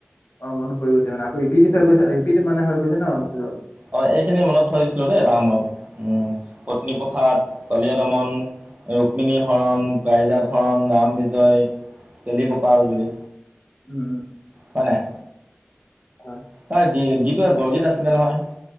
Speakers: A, on the left; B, on the right.
A: অ, মনত পৰিৰি গৈছে মানে আ ৰিপিট হৈ গৈছে ৰিপিট মানে গৈছে ন বস্তটো।
B: অ, এইখিনি মনত থৈছিলো, দেই এটা সময়ত উ, পত্নীপ্ৰসাদ কলিয়া দমন ৰুক্মণী হৰণ প্ৰাইজাত হৰণ ৰাম বিজয় কেলিগোপাল বুলি
A: উম
B: হয় নাই।
A: উ।
B: তাৰ গীত বৰগীত আছিলে নহয়।